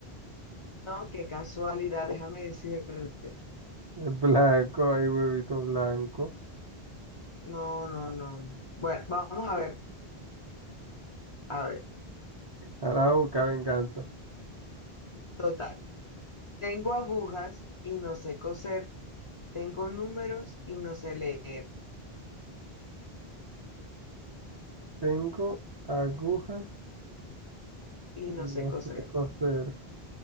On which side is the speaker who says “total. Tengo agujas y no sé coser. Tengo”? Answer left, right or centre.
Left